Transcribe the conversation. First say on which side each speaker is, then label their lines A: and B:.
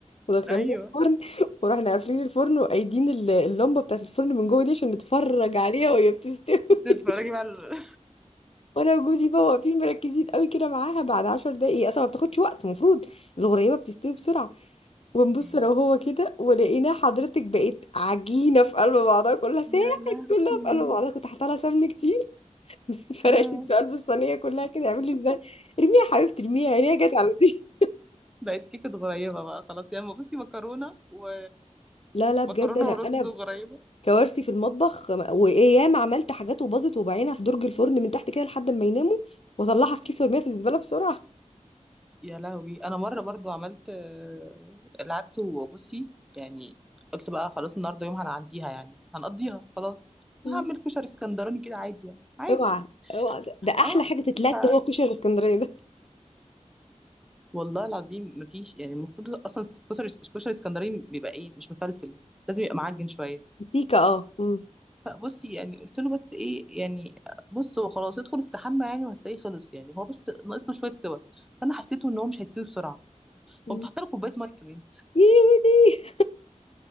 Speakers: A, on the left; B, in the centre.
A: ودخلناه
B: ايوه
A: الفرن ورحنا قافلين الفرن وقايدين ال- اللمبه بتاعت الفرن من جوه دي عشان نتفرج عليها وهي بتستوي
B: بتتفرجي
A: <laughs>
B: بقى على-
A: وانا وجوزي بقى واقفين مركزين قوي كده معاها بعد 10 دقايق هي اصلا ما بتاخدش وقت المفروض الغريبه بتستوي بسرعه ونبص
B: <laughs> مم.
A: لو هو كده ولقينا حضرتك بقت عجينة في قلب بعضها كلها ساحت
B: يا لهوي
A: كلها في قلب بعضها كنت حاطه لها سمن كتير <laughs> فرشت
B: آه.
A: في قلب الصينية كلها كده يعمل لي ازاي ارميها يا حبيبتي ارميها عينيها جت على دي
B: بقت كيكة غريبة بقى خلاص يعني بصي مكرونة و
A: لا لا بجد
B: مكرونة
A: انا
B: ورز
A: انا
B: وغريبة
A: كوارثي في المطبخ وايام عملت حاجات وباظت وبعينها في درج الفرن من تحت كده لحد ما يناموا واطلعها في كيس وارميها في الزبالة بسرعة
B: يا لهوي انا مره برضو عملت آه، العدس وبصي يعني قلت بقى خلاص النهارده يوم هنعديها يعني هنقضيها خلاص
A: مم.
B: هعمل كشري اسكندراني كده عادي يعني عادي
A: اوعى اوعى ده, ده احلى
B: اه
A: حاجة تتلات
B: ف...
A: هو الكشري الاسكندراني ده
B: والله العظيم مفيش يعني المفروض اصلا كشري كشري اسكندراني بيبقى ايه مش مفلفل لازم يبقى معجن شويه
A: سيكا اه مم.
B: فبصي يعني قلت له بس ايه يعني بص هو خلاص ادخل استحمى يعني وهتلاقيه خلص يعني هو بس ناقص له شويه سوا فانا حسيته ان هو مش هيستوي بسرعه فقمت
A: مم.
B: حاطه له كوبايه ميه كمان
A: يودي